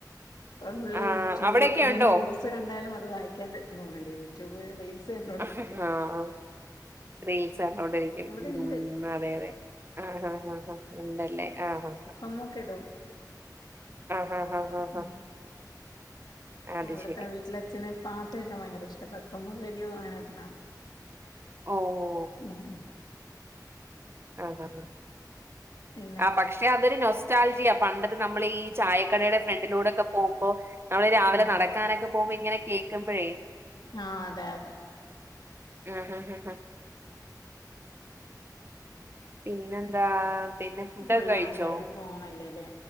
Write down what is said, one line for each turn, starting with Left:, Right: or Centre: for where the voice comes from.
Left: ഇപ്പ ഫുള്ള്
Right: ആ
Left: യൂട്യൂബ്
Right: അവിടെയൊക്കെ ഉണ്ടോ
Left: ഈ ന്യൂസ് കണ്ടാലും അത് വായിക്കാൻ <unintelligible> യൂട്യൂബ് റീൽസ്. കണ്ടോണ്ടിരിക്കും
Right: ആഹ് അഹ് റീൽസ് കണ്ടോണ്ടിരിക്കും
Left: ഇവിടെണ്ട്
Right: ഉം അതെ അതെ. ആഹ് ആഹ് ആഹ് ആഹ് ഉണ്ടല്ലേ ആഹ് അഹ്.
Left: അമ്മൂക്കെ ഇടും
Right: ഹാ
Left: ഉം
Right: ഹാ ഹാ ഹാ
Left: ഉം.
Right: അത്
Left: അവിട്ത്തെ
Right: ശരി
Left: വീട്ട്ലെ അച്ഛന് പാട്ട് കേക്കാൻ ഭയങ്കര ഇഷ്ട പ്രെസംഗൊ റേഡിയോ അങ്ങനെന്തെ വേണം
Right: ഓഹ്
Left: ഉം ഉം
Right: ആഹ് ആഹ്
Left: പിന്നെ
Right: ആഹ് പക്ഷെ പക്ഷെ അതൊരു നൊസ്റ്റാൽജിയാ പണ്ടത്തെ നമ്മളീ ചായക്കടേടെ ഫ്രണ്ടിലൂടോക്കെ പോവുമ്പൊ നമ്മള് രാവിലെ
Left: ഉം
Right: നടക്കാനൊക്കെ പോവുമ്പോ ഇങ്ങനെ കേൾക്കുമ്പഴേ
Left: ആഹ് അതെ അതെ
Right: ആഹ് ഹ് പിന്നെന്താ പിന്നെ ഫുഡൊക്കെ
Left: ഫുള്ള്
Right: കഴിച്ചോ
Left: എല്ലാരും ഫോണല്ലേല്ലേ